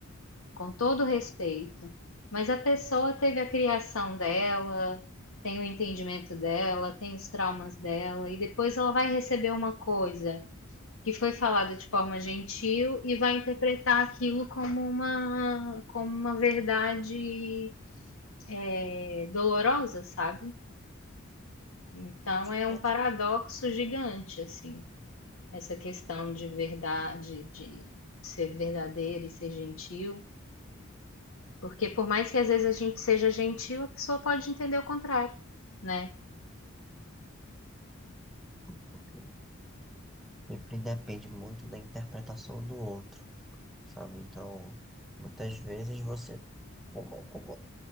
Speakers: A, on the left; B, in the centre.
A: com todo respeito, mas a pessoa teve a criação dela, tem o entendimento dela, tem os traumas dela, e depois ela vai receber uma coisa que foi falada de forma gentil e vai interpretar aquilo como uma, como uma verdade, é, dolorosa, sabe? Então é
B: Yes.
A: um paradoxo gigante, assim, essa questão de verdade, de ser verdadeiro e ser gentil, porque por mais que às vezes a gente seja gentil, a pessoa pode entender o contrário, né?
B: Ok. Sempre depende muito da interpretação do outro, sabe? Então, muitas vezes você, como, como-